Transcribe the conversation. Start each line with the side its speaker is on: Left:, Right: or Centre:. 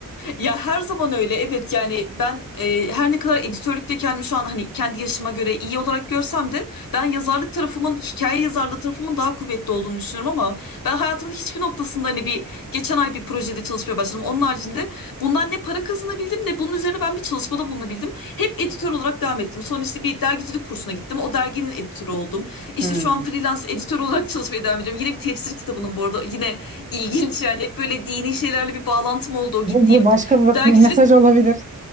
Left: Ya her zaman öyle evet yani ben e, her ne kadar editörlükte kendimi şu an hani kendi yaşıma göre iyi olarak görsem de ben yazarlık tarafımın hikaye yazarlığı tarafımın daha kuvvetli olduğunu düşünüyorum ama ben hayatımın hiçbir noktasında hani bir geçen ay bir projede çalışmaya başladım. Onun haricinde bundan ne para kazanabildim ne bunun üzerine ben bir çalışmada bulunabildim. Hep editör olarak devam ettim. Sonra işte bir dergicilik kursuna gittim. O derginin editörü oldum. İşte
Right: Hmm.
Left: şu an freelance editör olarak <laughs> çalışmaya devam ediyorum. Yine bir tefsir kitabının bu arada yine ilginç yani hep böyle dini şeylerle bir bağlantım oldu. O
Right: Bu,
Left: gittiğim
Right: bu başka bir
Left: Dergicilik
Right: <laughs> bir mesaj olabilir.